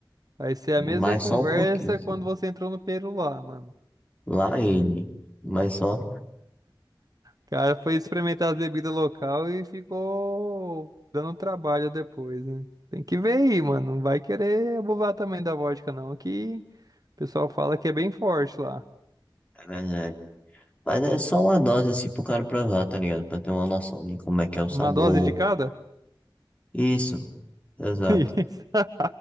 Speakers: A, on the right; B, on the left.
A: Vai ser a
B: mas
A: mesma conversa
B: só um pouquinho, assim.
A: quando você entrou no Peru lá, mano.
B: Lá ele. Mas só.
A: O cara foi experimentar as bebidas local e ficou dando trabalho depois, né? Tem que ver aí, mano. Não vai querer abusar também da vodka, não, que o pessoal fala que é bem forte lá.
B: É verdade. Mas é só uma dose, assim, pro cara provar, tá ligado? Pra ter uma noção de como é que é o sabor.
A: Uma dose de cada?
B: Isso. Exato.
A: <laughs> Isso.